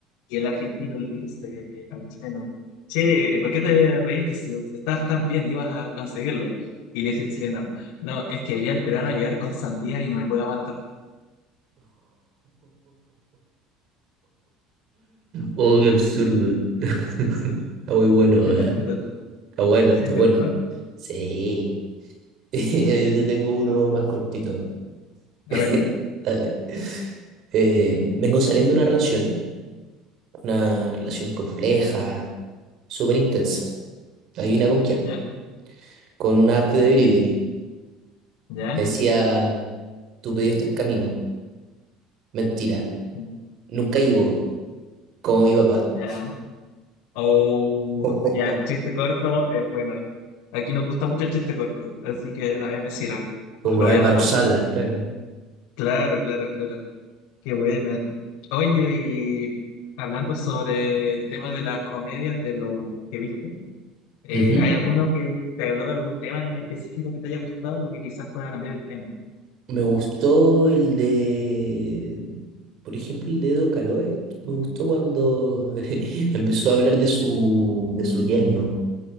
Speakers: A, on the left; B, on the right.
A: Y el argentino le dice al chileno, che, ¿por qué te reíste si estabas tan bien, ibas a conseguirlo? Y le dice el chileno, no, es que vi al peruano llegar con sandía y no me puedo aguantar.
B: Oh, qué absurdo. <laughs> Está muy bueno,
A: ¿Qué
B: eh.
A: tal? ¿Qué tal?
B: Está bueno,
A: ¿Sí?
B: está bueno.
A: ¿Te gustó?
B: Sí. <laughs> Yo te tengo uno más cortito.
A: A
B: <laughs>
A: ver, dale.
B: Dale. Eh, vengo saliendo de una relación, una relación compleja, súper intensa. Adivina con quién.
A: ¿Ya?
B: Con una app de delivery.
A: Mm, ¿Ya?
B: Me decía, tu pedido está en camino. Mentira,
A: Mm,
B: nunca llegó. como mi papá,
A: ¿Ya? Oh,
B: <laughs> Ujú.
A: ya, el chiste corto es bueno. Aquí nos gusta mucho el chiste corto, así que también me sirve.
B: como
A: Lo
B: de
A: voy
B: Álvaro
A: a anotar.
B: Sala, claro.
A: Claro, claro, claro. Qué buena. Oye, y hablando sobre el tema de las comedias, de lo que viste, eh,
B: Ujú.
A: ¿hay alguno que te habló de algún tema en específico que te haya gustado? Porque quizás pueda cambiar el tema.
B: Me gustó el de, por ejemplo, el de Edo Caroe. Me gustó cuando <laughs> empezó a hablar de su, de su yerno.